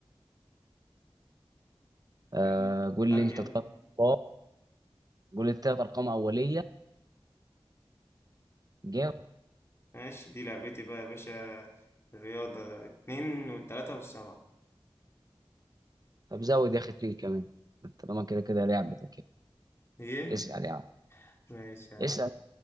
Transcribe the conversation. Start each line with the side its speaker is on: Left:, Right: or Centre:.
Right: آه
Left: يلا
Right: قول
Left: استنى
Right: لي أنت
Left: يلا
Right: ثلاث أرقام قول لي ثلاث أرقام أولية جاوب
Left: ماشي دي لعبتي بقى يا باشا الرياضة اتنين والتلاتة والسبعة
Right: طب زود يا أخي اتنين كمان طالما كده كده لعبتك يعني.
Left: ايه
Right: اسأل يا عم
Left: ماشي يا
Right: اسأل
Left: عم